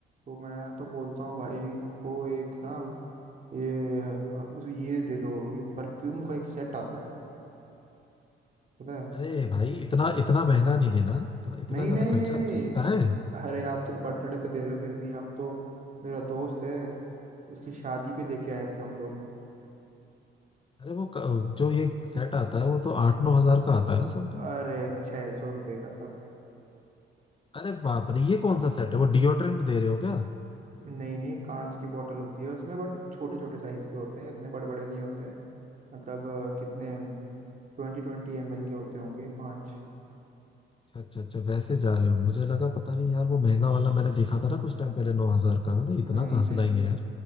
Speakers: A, on the right; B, on the left.
A: तो मैं तो बोलता हूँ भाई उसको एक ना ये अ, उस ये दे दो ये परफ्यूम का एक सेट आता है पता है
B: अरे भाई इतना इतना महंगा नहीं देना इतना इतना
A: नहीं
B: ज्यादा
A: नहीं
B: खर्चा
A: नहीं नहीं
B: पैसे कहाँ है
A: अरे आप तो बर्थडे पे दे रहे हो फिर भी हम तो मेरा दोस्त है उसकी शादी पे दे के आए थे हम लोग
B: अरे वो क- जो ये सेट आता है वो तो आठ नौ हजार का आता है ना समथिंग
A: अरे छह सौ रुपये का था
B: अरे बाप
A: भाई
B: रे ये कौन सा सेट है वो डिओड्रेंट दे रहे हो क्या
A: नहीं नहीं कांच की बोतल होती है उसमें बट छोटे छोटे साइज के होते हैं इतने बड़े बड़े नहीं होते मतलब अ, कितने ट्वेंटी ट्वेंटी एम एल के होते होंगे पाँच
B: अच्छा अच्छा अच्छा वैसे जा रहे हो मुझे लगा पता नहीं यार वो महंगा वाला मैंने
A: हम्म,
B: देखा था ना कुछ टाइम पहले नौ हजार का मैंने इतना
A: नहीं
B: कहाँ
A: नहीं
B: से लाएंगे यार